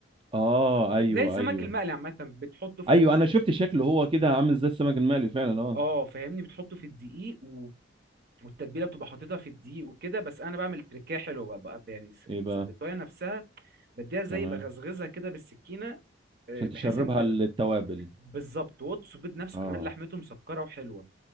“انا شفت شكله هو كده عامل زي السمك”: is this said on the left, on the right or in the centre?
Right